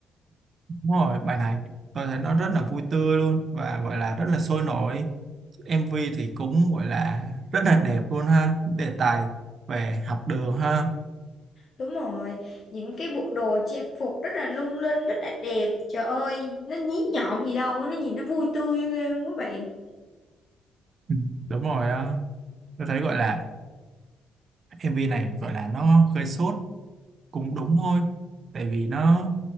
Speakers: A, on the right; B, on the left.
A: Đúng rồi bài này tôi thấy nó rất là vui tươi luôn và gọi là rất là sôi nổi MV thì cũng gọi là rất là đẹp luôn ha đề tài về học đường ha
B: đúng rồi những cái bộ đồ trang phục rất là lung linh rất là đẹp trời ơi nó nhí nhọn gì đâu nó nhìn nó vui tươi ghê luôn các bạn
A: Ừ, đúng rồi ờ. tôi thấy gọi là MV này gọi là nó gây sốt cũng đúng thôi tại vì nó